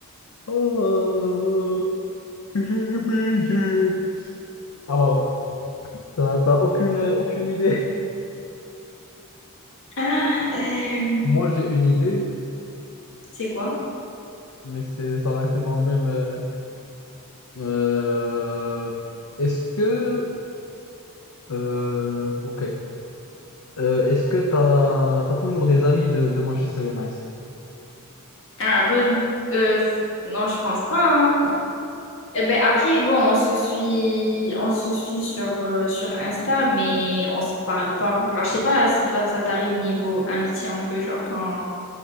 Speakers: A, on the left (about 85°); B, on the left (about 65°).
A: Oh, j'ai oublié. Alors, t'as t'as aucune, aucune idée?
B: Ah, euh,
A: Moi, j'ai une idée,
B: c'est quoi?
A: mais c'est, ça restait dans le même. euh, euh, est-ce que. euh, ok. Euh, est-ce que t'as, t'as toujours des amis de, de Manchester United?
B: Ah, bah, je- euh, non, je pense pas. hein. Eh ben, après, bon, on se suit, on se suit sur, euh, sur Insta, mais on se parle pas. Genre, je sais pas si toi, ça t'arrive niveau amitié un peu, genre quand,